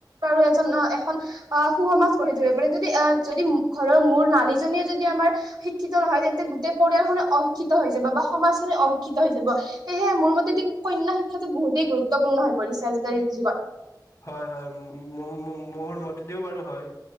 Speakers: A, on the right (about 70°); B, on the left (about 40°).
A: আৰু এজন এখন আহ সু সমাজ গঢ়ি তুলিব পাৰে, যদি আহ যদি ঘৰৰ মোৰ নাৰীজনীয়ে যদি আমাৰ শিক্ষিত ত নহয় তেন্তে গোটেই পৰিয়ালখনে অশিক্ষিত হৈ যাব বা সমাজখনে অশিক্ষিত হৈ যাব, সেয়েহে মোৰ মতেদি কন্যা শিক্ষাটো বহুতেই গুৰুত্বপূৰ্ণ হৈ পৰিছে আজিকালিৰ যুগত।
B: হয় হয় মম মোৰ মতেদিও বাৰু হয়,